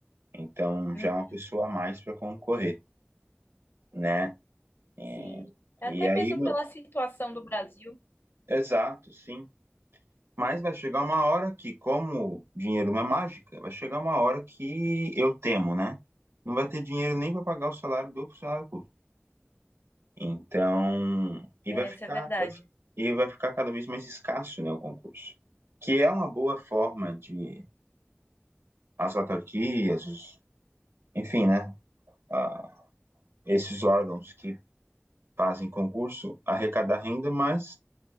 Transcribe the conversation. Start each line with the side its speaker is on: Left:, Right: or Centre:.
Right: Então
Left: Uhum,
Right: já é uma pessoa a mais para concorrer, né? E,
Left: Sim. É
Right: e
Left: Até
Right: aí,
Left: mesmo
Right: meu,
Left: pela situação do Brasil,
Right: exato, sim. Mas vai chegar uma hora que, como dinheiro não é mágica, vai chegar uma hora que eu temo, né? Não vai ter dinheiro nem para pagar o salário do funcionário público. Então, e
Left: é,
Right: vai ficar,
Left: isso é verdade.
Right: vai fi- e vai ficar cada vez mais escasso, né, o concurso. Que é uma boa forma de as autarquias, os- enfim, né, a- esses órgãos que fazem concurso arrecadar renda, mas